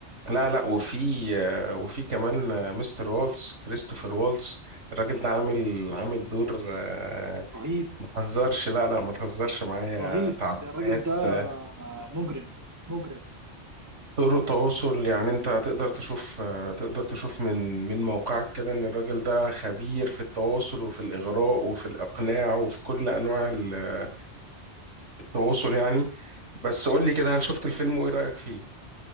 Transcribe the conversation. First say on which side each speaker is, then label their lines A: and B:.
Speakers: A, on the right; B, on the right.
A: لا لا وفي آه، وفي كمان آه، مستر والتس كريستوفر والتس الراجل ده عامل عامل دور آه،
B: رهيب
A: ما تهزرش لا لا ما تهزرش معايا
B: رهيب
A: تعبيرات
B: الراجل ده
A: آه،
B: آه، مجرم مجرم
A: طرق تواصل يعني انت تقدر تشوف آه، تقدر تشوف من من موقعك كده ان الراجل ده خبير في التواصل وفي الاغراء وفي الاقناع وفي كل انواع ال- التواصل يعني بس قول لي كده هل شفت الفيلم وايه رايك فيه